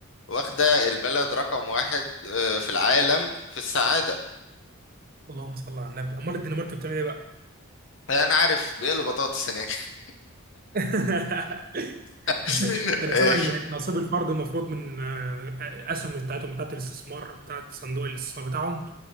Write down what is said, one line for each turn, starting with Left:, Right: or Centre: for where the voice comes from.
Left: واخدة البلد رقم واحد آه، في العالم في السعادة
Right: اللهم صل على النبي امال الدنمارك بتعمل ايه بقى؟
Left: يعني أنا عارف بيقلوا بطاطس هناك
Right: <laughs>
Left: <laughs>
Right: ده انا
Left: إيه،
Right: سامع ان نصيب الفرد المفروض من آه، آه، آه، اسهم بتاعتهم بتاعت الاستثمار بتاعت صندوق الاستثمار بتاعهم